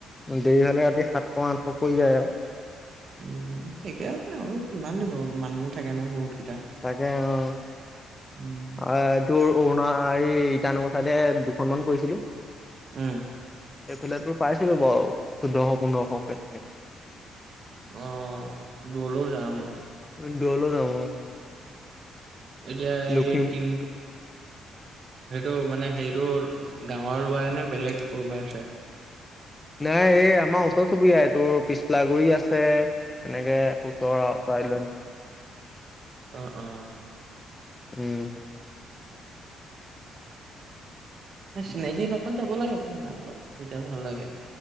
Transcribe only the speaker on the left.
দেৰি হ'লে ৰাতি সাতশ আঠশ পৰি যায় আৰু
তাকে অ',
অ' তোৰ অৰুণা ইটানগৰ চাইডে দুখনমান কৰিছিলোঁ
এইফালেটো পাইছিলে বাৰু চৈধ্য়শ পোন্ধৰশ কে
ম দূৰলৈ যাওঁ, অ'
লখিম
নাই এই আমাৰ ওচৰ চুবুৰীয়া, এই তোৰ পিছলাগুৰি আছে এনেকে ওচৰ চাইল <unintelligible>
উম।